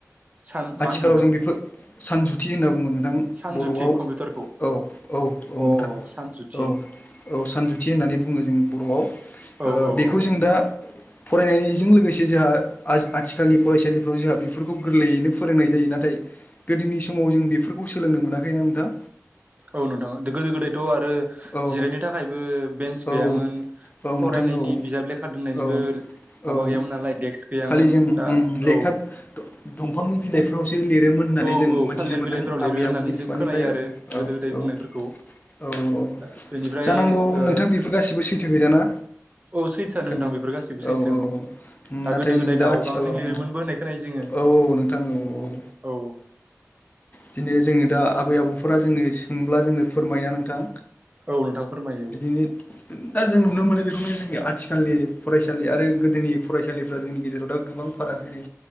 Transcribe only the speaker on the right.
सान
मा होनो नोंथां
सानजुथि
कम्पिउटारखौ
अ
सानजुथि
औ औ
औ
औ नोंथां गोदो गोदायथ' आरो
जिरायनो थाखायबो बेन्स गैयामोन
फरायनायनि
बिजाब लेखा दोननायनिबो
माबा गैयामोन
नालाय देक्स गैयामोन
दा
औ
औ
औ
थालिर
बिलाइफोराव लिरो
होननानै
जों
खोनायो
आरो
गोदो गोदाय बुंनायफोरखौ
दा बेनिफ्राय
ओ
औ सैथोआ
नोंथां बेफोर गासैबो सैथो
ओं दा
गोदो
गोदाय
दावगांजों
लिरोमोनबो होननाय खोनायो जोङो
औ।
औ नोंथां फोरमायो